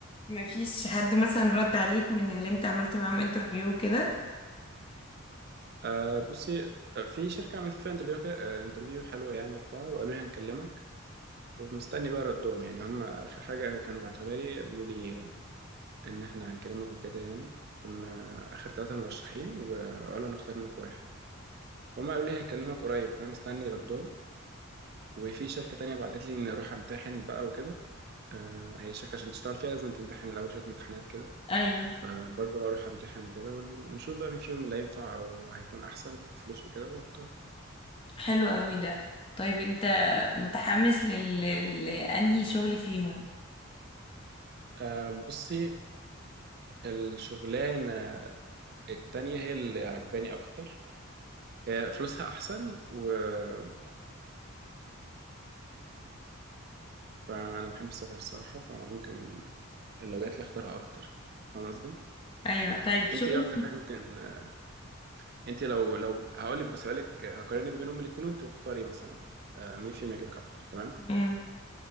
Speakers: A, on the left (about 25°); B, on the right (about 45°).
A: ما فيش حد مثلا رد عليك من اللي انت عملت معاهم انترفيو كده
B: آه بصي آه، في شركه عملت فيها انترفيو كده، آه انترفيو حلوه يعني وبتاع وقالوا لي هنكلمك ومستني بقى ردهم يعني هم اخر حاجه كانوا بعتوها لي قالوا لي ان احنا هنكلمك وكده يعني كنا اخر ثلاثه مرشحين وقالوا هنختار منك واحد فهم قالوا لي هنكلمك قريب فانا مستني ردهم وفي شركه تانية بعتت لي اني اروح امتحن بقى وكده آه هي شركه عشان تشتغل فيها لازم تمتحن الاول شويه امتحانات كده
A: ايوه
B: فبرضه اروح امتحن وكده ون- ونشوف بقى مين فيهم اللي هينفع او هيكون احسن في الفلوس وكده واختار
A: حلو قوي ده طيب انت متحمس لل... لانهي شغل فيهم
B: أه بصي الشغلانه التانية هي اللي عجباني اكتر آه، فلوسها احسن وسفر فانا بحب السفر الصراحه فممكن لو جات لي اختارها اكتر فاهم قصدي
A: ايوه طيب شغل
B: انت ايه اكتر حاجه ممكن آه، انت لو لو هقول لك بس هقول لك هقارنك بينهم الاثنين وانت واختاري مثلا آه، مين فيهم يعجبك اكتر تمام
A: تمام